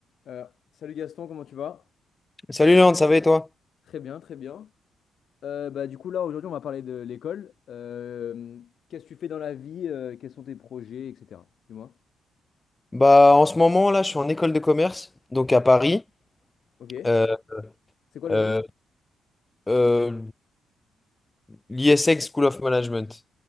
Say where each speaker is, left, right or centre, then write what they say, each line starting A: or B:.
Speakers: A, on the left; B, on the left.
A: Euh, salut Gaston, comment tu vas?
B: Salut Léon, ça va et toi?
A: Très bien, très bien. Euh, bah, du coup, là, aujourd'hui, on va parler de l'école. Euh, qu'est-ce que tu fais dans la vie? euh, quels sont tes projets, etc. Dis-moi.
B: Bah, en ce moment, là, je suis en école de commerce, donc à Paris,
A: Ok.
B: euh,
A: C'est quoi le
B: euh,
A: nom?
B: euh, l'ISEC School of Management.